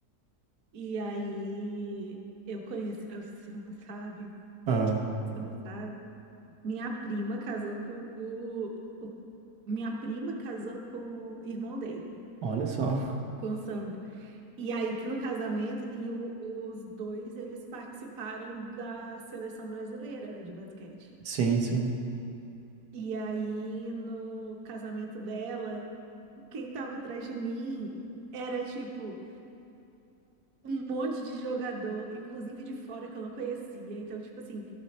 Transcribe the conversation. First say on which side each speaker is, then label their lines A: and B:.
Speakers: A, on the right; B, on the right.
A: E aí, eu conheci, ah, você não sabe,
B: Ah,
A: você não sabe. Minha prima casou com o, o- Minha prima casou com o irmão dele,
B: olha só.
A: com o Sandro. E aí que no casamento, e o- os dois, eles participaram da seleção brasileira né, de basquete.
B: Sim, sim.
A: E aí no casamento dela, quem tava atrás de mim era tipo um monte de jogador, inclusive de fora que eu não conhecia. Então, tipo assim,